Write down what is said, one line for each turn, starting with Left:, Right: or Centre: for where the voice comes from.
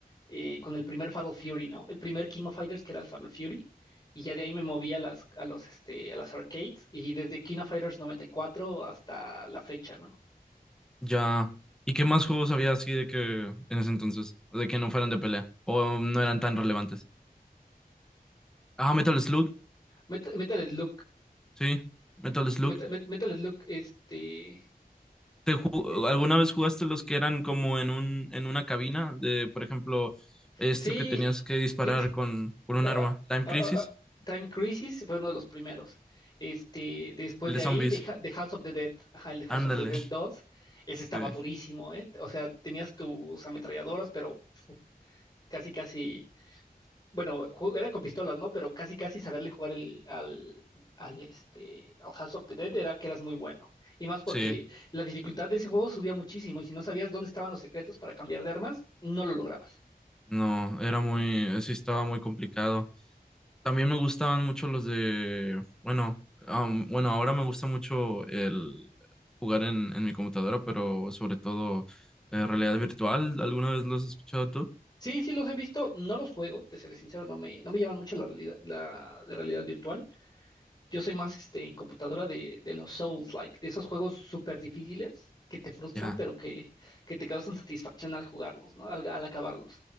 Left: eh, con el primer Fatal Fury, ¿no? El primer King of Fighters que era el Fatal Fury. Y ya de ahí me moví a las, a los, este, a las arcades. Y desde King of Fighters 94 hasta la fecha, ¿no?
Centre: Ya. ¿Y qué más juegos había así de que en ese entonces? De que no fueran de pelea. O no eran tan relevantes. Ah, Metal Slug.
Left: Met- Metal Slug.
Centre: Sí, Metal Slug.
Left: Meta- Met- Metal Slug, este.
Centre: ¿Te ju-
Left: eh,
Centre: ¿Alguna vez jugaste los que eran como en un, en una cabina? De, por ejemplo, este
Left: sí,
Centre: que tenías que disparar
Left: ti-
Centre: con, con un
Left: ah,
Centre: arma. Time
Left: ah,
Centre: Crisis,
Left: ah, ah, ah. Time Crisis fue uno de los primeros. Este, después
Centre: el de
Left: de
Centre: zombies.
Left: ahí, The, Ha- The House of the Dead, ajá, el The House
Centre: Ándale.
Left: of the Dead dos, ese estaba
Centre: Sí.
Left: durísimo, ¿eh? O sea, tenías tus ametralladoras, pero casi, casi, bueno, ju- era con pistolas, ¿no? Pero casi, casi saberle jugar el, al, al, este, al House of the Dead era que eras muy bueno. Y más porque
Centre: Sí.
Left: la dificultad de ese juego subía muchísimo y si no sabías dónde estaban los secretos para cambiar de armas, no lo lograbas.
Centre: No, era muy, sí estaba muy complicado. También me gustaban mucho los de, bueno, am, bueno, ahora me gusta mucho el jugar en, en mi computadora, pero sobre todo eh, realidad virtual. ¿Alguna vez los has escuchado tú?
Left: Sí, sí los he visto, no los juego, te seré sincero, no me, no me llaman mucho la realidad, la de realidad virtual. Yo soy más este en computadora de, de los Souls-like, de esos juegos súper difíciles que te frustran,
Centre: Ya.
Left: pero que, que te causan satisfacción al jugarlos, ¿no? Al, al acabarlos.